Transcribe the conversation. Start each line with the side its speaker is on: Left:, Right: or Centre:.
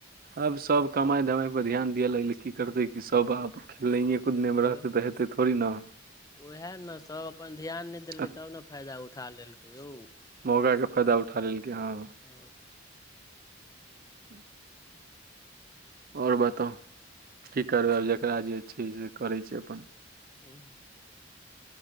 Right: आब सब कमाइ धमाइ पर ध्यान दिअ लगले की करते क सब आब खेलनाइये कुदनाइ मे रहतै
Left: ओह
Right: तऽ हेतै थोड़ी ने
Left: उएह ने सभ अपन ध्यान नहि देलकै
Right: अ-
Left: तब ने फायदा उठा लेलकै यौ
Right: मौगा के फायदा उठा लेलकै हँ
Left: ओ
Right: ह्म आओर बताउ की करबै आब जकरा जे छै से करै छै अपन
Left: हूँ